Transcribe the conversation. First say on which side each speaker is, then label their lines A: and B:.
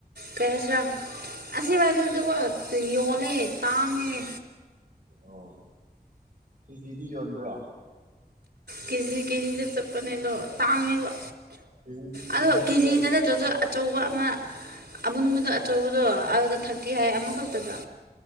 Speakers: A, on the right; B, on the right.
A: ꯀꯩ ꯍꯥꯏꯁꯤꯔꯥ ꯑꯁꯤꯋꯥꯏꯗꯗꯤ ꯑꯗꯨꯒ ꯌꯣꯜꯂꯦ ꯇꯥꯡꯉꯦ
B: ꯑꯣ ꯀꯦꯖꯤꯗꯤ ꯌꯣꯟꯕ꯭ꯔꯣ
A: ꯀꯦꯖꯤ ꯀꯦꯖꯤꯗ ꯆꯠꯄꯅꯦ ꯑꯗꯣ ꯇꯥꯡꯉꯦꯕ
B: ꯀꯦꯖꯤ ꯀꯦꯖꯤꯗꯤ
A: ꯑꯗꯣ ꯀꯦꯖꯤꯗ
B: ꯀꯌꯥ
A: ꯅꯠꯇ꯭ꯔꯁꯨ ꯑꯆꯧꯕ ꯑꯃ ꯑꯃꯨꯟꯕꯗꯣ ꯑꯆꯧꯕꯗꯣ ꯑꯗꯨꯗ ꯊꯥꯔꯇꯤ ꯍꯥꯏ ꯑꯃꯈꯛꯇꯗ